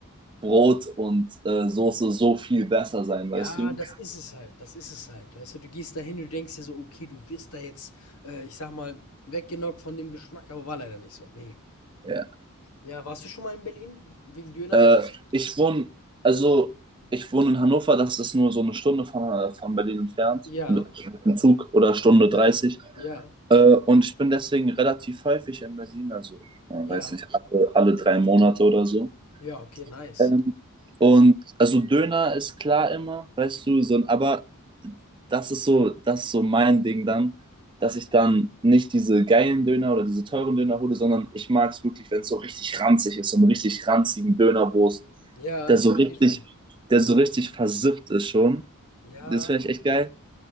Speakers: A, on the right; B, on the left.
A: Brot und äh, Soße so viel besser sein, weißt
B: Ja,
A: du?
B: das ist es halt, das ist es halt. Weißt du, du gehst da hin, du denkst dir so, okay, du wirst da jetzt, äh, ich sag mal, weggenockt von dem Geschmack, aber war leider nicht so. Nee.
A: Ja.
B: Ja, warst du schon mal in Berlin wegen Döner
A: Äh,
B: jetzt?
A: ich wohne, also ich wohne in Hannover, das ist nur so eine Stunde von, äh, von Berlin entfernt,
B: Ja,
A: mit, dem Zug oder Stunde
B: ja,
A: 30.
B: ja,
A: Äh, und ich bin deswegen relativ häufig in Berlin, also, äh,
B: ja.
A: weiß nicht, alle, alle drei Monate oder so.
B: Ja, okay, nice.
A: Ähm, und also Döner ist klar immer, weißt du, so, aber das ist so, das ist so mein Ding dann, dass ich dann nicht diese geilen Döner oder diese teuren Döner hole, sondern ich mag es wirklich, wenn es so richtig ranzig ist, so einen richtig ranzigen Dönerwurst,
B: Ja,
A: der
B: ich
A: so
B: verstehe
A: richtig,
B: schon.
A: der so richtig versifft ist schon.
B: Ja,
A: Das finde ich echt geil.